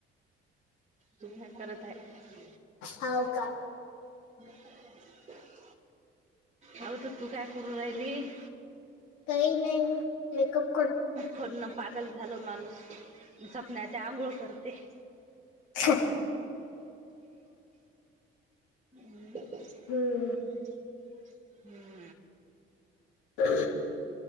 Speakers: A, on the right; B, on the left.
A: तुमही काय करत आहे?
B: होव का?
A: हम्, हऊथ तु काय कुरू राहिली,?
B: काही नाही, मेकपऽ
A: फोनन पागल झा्याल मानुस,, सपन्याचे आंघोळ करतेऽ
B: हह
A: हम्,
B: हम्म ह,